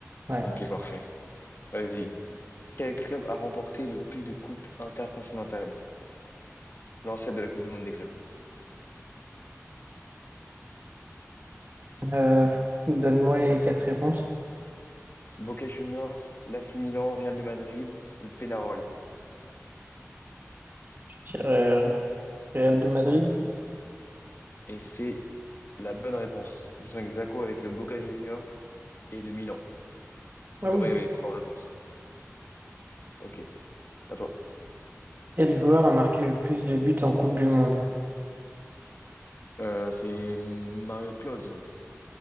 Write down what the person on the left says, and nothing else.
Ok, parfait. Vas-y. Quel club a remporté le plus de coupes intercontinentales? L'ancêtre de la Coupe du Monde des clubs.
Boca Juniors, l'AC Milan, Real de Madrid ou le Pénarol?
Et c'est La bonne réponse. Ils sont ex aequo avec le Boca Junior et le Milan.
Donc
en vrai, il y avait les trois réponses. Ok, à toi.
Euh, c'est Mario Klose.